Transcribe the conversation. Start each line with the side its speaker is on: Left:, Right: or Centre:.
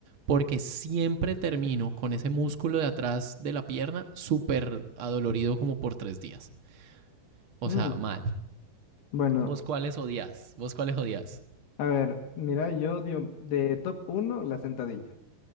Right: porque siempre termino con ese músculo de atrás de la pierna súper adolorido como por tres días. O
Left: Mm,
Right: sea, mal.
Left: Bueno,
Right: ¿Vos cuáles odias? ¿Vos cuáles odias?
Left: a ver, mira, yo odio de top uno la sentadilla.